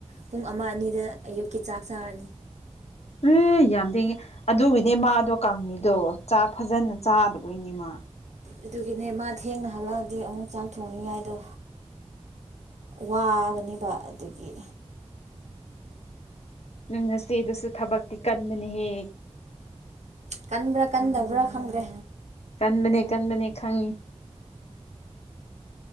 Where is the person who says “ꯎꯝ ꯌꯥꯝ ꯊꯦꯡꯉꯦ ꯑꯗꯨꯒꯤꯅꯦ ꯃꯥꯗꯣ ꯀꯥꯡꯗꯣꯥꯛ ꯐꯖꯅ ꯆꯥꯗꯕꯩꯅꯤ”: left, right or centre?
Left